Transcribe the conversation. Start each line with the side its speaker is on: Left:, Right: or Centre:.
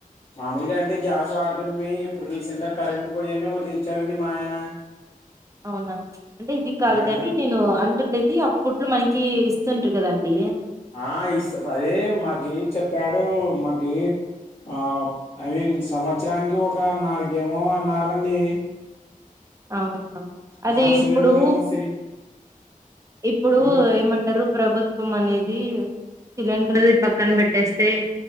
Left: మామూలుగా అంటే గ్యాస్ వాడుతుంది ఇప్పుడు రీసెంట్ గా కరెంట్ పోయానే ఉరి తెచ్చాడండి మా ఆయన
Right: అవునా అంటే ఇది కాదు
Left: ఆ
Right: కాని నేను అం టుండేది అప్పట్లో మనకి ఇస్తుంటారు కదండి
Left: ఆ ఇస్త అదే మాకి చెప్పాడు మాకి ఆ ఐ మీన్ సంవత్సరానికి ఒక నాలుగేమో అన్నారండి
Right: అవునా అదే
Left: నాలుగు సిలిండర్లు
Right: ఇప్పుడు
Left: ఏమో ఫ్రీ
Right: ఇప్పుడు
Left: ఉమ్
Right: ఏమంటారు ప్రభుత్వం అనేది సిలిండర్ పక్కన పెట్టేస్తే